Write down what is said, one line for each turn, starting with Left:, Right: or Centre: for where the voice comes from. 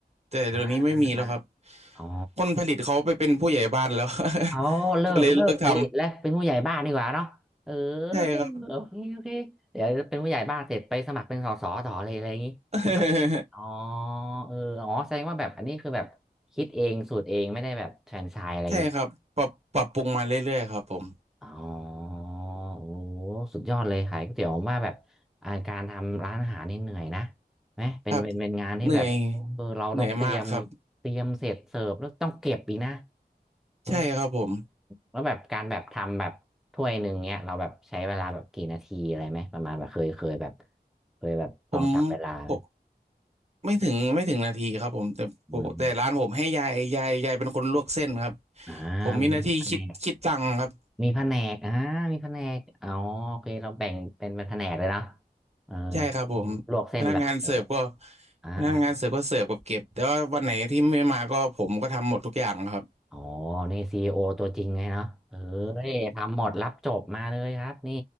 Right: แต่เดี๋ยวนี้ไม่มีแล้วครับ
Centre: อ่าอ่าอ่าอ๋อ
Right: คนผลิตเขาไปเป็นผู้ใหญ่บ้านแล้ว
Centre: อ๋อาเลิกเลิกผลิตแล้วเป็นผู้ใหญ่บ้านดีกว่าเนาะเออ
Right: <laughs> ก็เลยเลิกทำใช่ครับ
Centre: โอเคโอเคเดี๋ยวเป็นผู้ใหญ่บ้านเสร็จไปสมัครเป็นสสต่อเลยอะไรอย่างงี้
Right: <laughs>
Centre: อ๋อเอออ๋อแสดงว่าแบบอันนี้คือแบบคิดเองสูตรเองไม่ได้แบบแฟรนไชส์อะไรอย่างงี้
Right: ใช่ครับปรับปรับปรุงมาเรื่อยๆครับผม
Centre: อ๋อโอ้โหสุดยอดเลยขายก๋วยเตี๋ยวผมว่าแบบอ่าการทำร้านอาหารนี่เหนื่อยนะไหมเป็นเป็นเป็นงานที่แบบเออเราต้องเตรียม
Right: ครับเหนื่อยเหนื่อยมากครับ
Centre: เตรียมเสร็จเสิร์ฟแล้วต้องเก็บอีกนะเออ
Right: ใช่ครับผม
Centre: แล้วแบบการแบบทำแบบถ้วยหนึ่งเนี้ยเราแบบใช้เวลาแบบกี่นาทีอะไรไหม ประมาณแบบเคยเคยแบบเคยแบบลองจับเวลาไหม
Right: ผมผมไม่ถึงไม่ถึงนาทีครับผมแต่ผมแต่ร้านผมให้ยายยายยายเป็นคนลวกเส้นครับ
Centre: อืมอ่า
Right: ผมมีหน้าที่คิดคิดตังค์ครับ
Centre: มีคะแนน มีแผนกอ่ามีแผนกอ๋อโอเคเราแบ่งเป็นเป็นแผนกเลยนะเออ
Right: ใช่ครับผม
Centre: ลวกเส้นแบบโอ้
Right: พนักงานเสิร์ฟก็
Centre: อ่าอ่า
Right: พนักงานเสิร์ฟก็เสิร์ฟกับเก็บแต่ว่าวันไหนที่ไม่มาก็ผมก็ทำหมดทุกอย่างครับ
Centre: อ๋อนี่ซีอีโอตัวจริงไงเนาะเออทำหมดรับจบมาเลยครับนี่